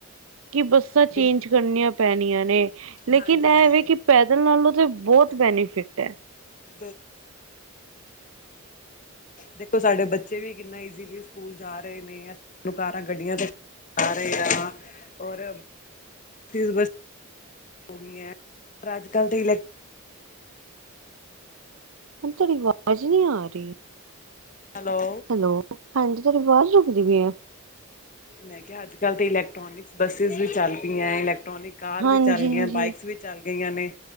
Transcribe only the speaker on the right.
ਕਿ ਬੱਸਾਂ ਚੇਂਜ
ਕਰਨੀਆਂ ਪੈਣੀਆਂ ਨੇ ਲੇਕਿਨ
ਇਹਵੇ
ਕਿ ਪੈਦਲ ਨਾਲੋਂ ਤਾਂ ਬਹੁਤ ਬੈਨੀਫਿਟ ਹੈ।
ਤੁਵਾਡੀ ਆਵਾਜ਼ ਨੀ ਆ ਰਹੀ।
ਹੈਲੋ ਹਾਂਜੀ ਤੁਵਾਡੀ ਆਵਾਜ਼ ਰੁਕਦੀ ਪੀ ਏ।
ਹਾਂਜੀ
ਹਾਂਜੀ